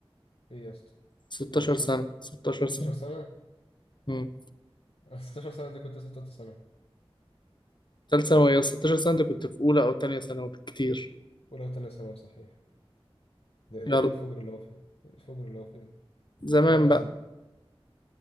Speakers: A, on the left (about 75°); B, on the left (about 50°).
A: ايه يا اسطى
B: 16
A: تمنتاشر
B: سنة 16
A: ستاشر
B: سنة
A: سنة
B: امم
A: <laughs> ستاشر سنة دي كنت لسه في تالتة سنة
B: تالت ثانوي يا 16 سنة أنت كنت في أولى أو تانية ثانوي بالكتير
A: أولى وتانية ثانوي صحيح ده ده
B: يلا
A: ايه الفجر اللي هو فيه إيه الفجر اللي هو فيه
B: زمان
A: خلاص
B: بقى